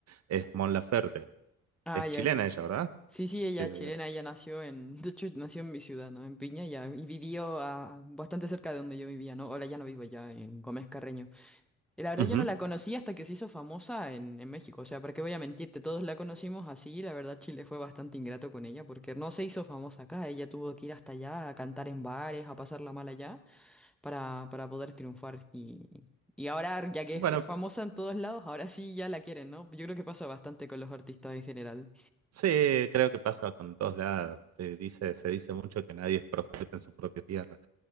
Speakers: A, on the right; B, in the centre.
A: es Mon Laferte.
B: Ah,
A: Es
B: ya
A: chilena
B: sí.
A: ella, ¿verdad?
B: Sí, sí, ella
A: Sí,
B: es
A: sí,
B: chilena,
A: sí.
B: ella nació en, <laughs> de hecho, nació en mi ciudad, ¿no? En Piña, ya, y vivió ah, bastante cerca de donde yo vivía, ¿no? Ahora ya no vivo ya en Gómez Carreño. Y la verdad
A: Ujú.
B: yo no la conocí hasta que se hizo famosa en, en México, o sea, ¿para qué voy a mentirte? Todos la conocimos así, y la verdad Chile fue bastante ingrato con ella, porque no se hizo famosa acá, ella tuvo que ir hasta allá a cantar en bares, a pasarla mal allá. para, para poder triunfar. Y, y ahora, ya que
A: Bueno,
B: es, es famosa en todos lados, ahora sí ya la quieren, ¿no? Yo creo que pasa bastante con los artistas en general.
A: Sí, creo que pasa con todos lados. Se dice, se dice mucho que nadie es profeta en su propia tierra.